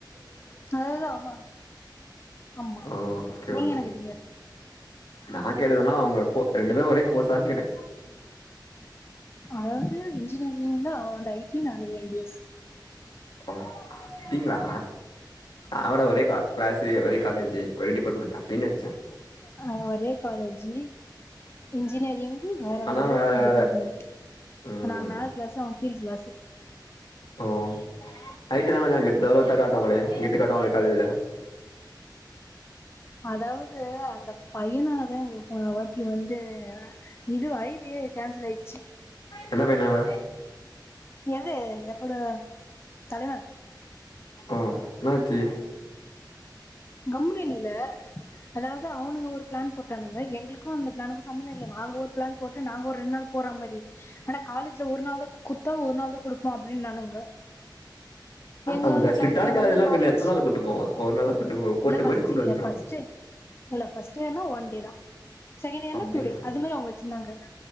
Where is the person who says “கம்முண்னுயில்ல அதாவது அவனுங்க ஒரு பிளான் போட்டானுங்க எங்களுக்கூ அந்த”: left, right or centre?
Left